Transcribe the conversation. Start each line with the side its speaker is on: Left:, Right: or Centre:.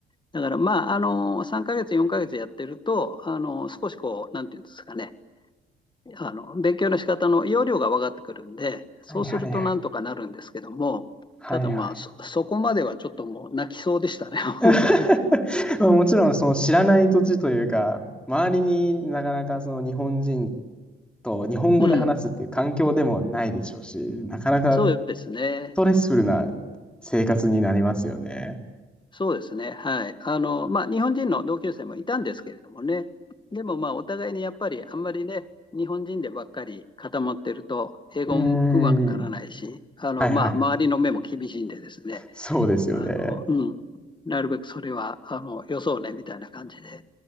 Left: だから、まあ、あの、3ヶ月、4ヶ月やってると、あの、少しこう、なんていうんですかね、あの勉強の仕方の要領が分かってくるんで、そうするとなんとかなるんですけども、
Centre: はいはいはい。はいはい。
Left: ただまあ、そ、そこまではちょっともう泣きそうでしたね、
Centre: <laughs>
Left: <laughs> 本当に。
Centre: まあもちろんその知らない土地というか、周りになかなかその日本人と日本語で話すっていう環境でもないでしょうし、
Left: うん、
Centre: なかなかス
Left: そうですね。
Centre: トレスフルな生活になりますよね。
Left: そうですね。はい。あの、まあ、日本人の同級生もいたんですけれどもね。でもまあ、お互いにやっぱりあんまりね、日本人でばっかり固まってると、英語もうまくならないし、
Centre: うーん。
Left: あの、
Centre: はいはい。
Left: まあ、周りの目も厳しいんでですね、
Centre: そうですよね。
Left: あの、うん、なるべくそれは、あの、よそうね、みたいな感じで